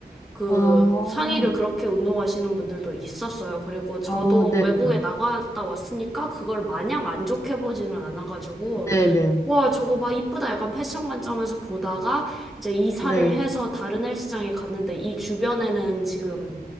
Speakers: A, in the centre; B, on the left.
A: 그
B: 어,
A: 상의를 그렇게 운동하시는 분들도 있었어요. 그리고 저도
B: 어, 네네,
A: 외국에 나갔다 왔으니까 그걸 마냥 안 좋게 보지는 않아가지고
B: 네네,
A: 와, 저거 막 이쁘다. 약간 패션 관점에서 보다가 이제 이사를
B: 네,
A: 해서 다른 헬스장에 갔는데 이 주변에는 지금